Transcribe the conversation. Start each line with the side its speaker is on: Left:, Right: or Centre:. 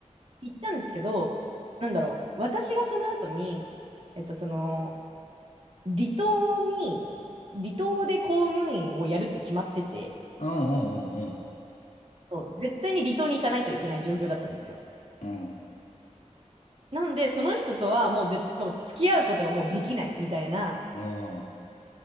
Right: 行ったんですけど、なんだろう、私がその後に、えっと、その、離島に、離島で公務員をやるって決まってて、
Left: うんうん
Right: そう絶対に離島に行かないといけない状況だったんですよ。
Left: うんうん。
Right: なんで、その人とはもうぜ、もう付き合うことがもうできないみたいな
Left: うん。